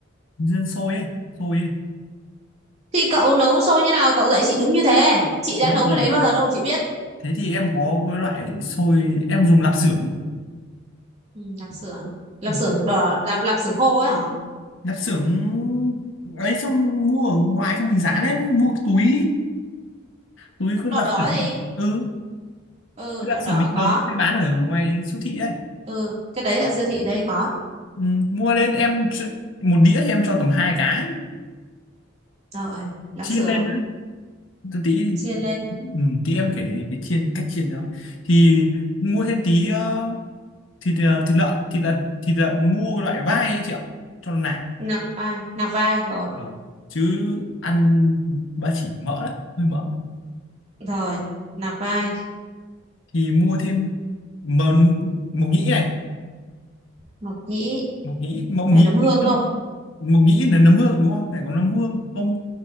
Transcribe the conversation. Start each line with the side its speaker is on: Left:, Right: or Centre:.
Left: nhân sôi ấy sôi ấy
Right: thì cậu nấu xôi như nào cậu dạy chị đúng như thế chị
Left: thế
Right: đã nấu
Left: thì
Right: cái đấy bao giờ đâu mà chị biết
Left: thế thì em có cái loại sôi em dùng lạp xưởng
Right: Ừ, lạp xưởng lạp
Left: Ừ,
Right: xưởng đỏ lạp lạp xưởng khô ấy hả
Left: lạp xưởng ấy xong mua ở ngoài xong mình giá lên mua cái túi túi cứ
Right: đỏ
Left: lạp
Right: đỏ
Left: xưởng
Right: gì
Left: ấy. ừ
Right: ừ
Left: cái
Right: đỏ
Left: lạp xưởng
Right: đỏ
Left: bình thường
Right: có
Left: nó hay bán ở ngoài siêu thị ấy
Right: ừ cái đấy ở siêu thị đây có
Left: Ừ, mua lên em ch- một đĩa thì em cho tầm hai cái
Right: rồi lạp
Left: chiên
Right: xưởng
Left: lên nữa tí
Right: chiên lên
Left: ừ, tí em kể cái chiên cách chiên đó thì mua thêm tí ờ, thịt ờ, thịt lợn thịt lợn thịt lợn mua loại vai ấy chị ạ cho nó nạc
Right: nạc vai nạc vai rồi
Left: Vâng. chứ ăn ba chỉ mỡ lắm hơi mỡ
Right: rồi nạc vai
Left: thì mua thêm mờ, mộc nhĩ này
Right: mộc nhĩ
Left: mộc nhĩ mộc
Right: có
Left: nhĩ
Right: phải nấm hương
Left: nấm-
Right: không
Left: mộc nhĩ là nấm hương đúng không phải có nấm hương tôm